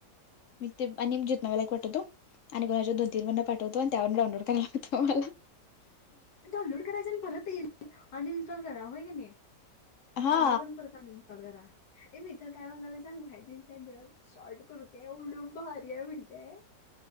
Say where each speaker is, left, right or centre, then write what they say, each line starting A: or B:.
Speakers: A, on the left (about 55°); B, on the left (about 80°).
A: मी ते आणिजीत नव्या ला एक पाठवतो आणि कुणाच्या दोन तीन वरण पाठवतो आणि त्या वरन डाउनलोड करायला लावतो माला
B: डाऊनलोड करायचा आणि परत ये अनइन्स्टॉल करा व्हयं की नही.
A: हा
B: डाऊनलोड वरून परत अनइन्स्टॉल करा ऐ मी तर काय म्हणायलेय सांग भाय जीन्स हाय आणि त्यावर शॉर्ट कुर्ती हाय येवड भारी आहे म्हण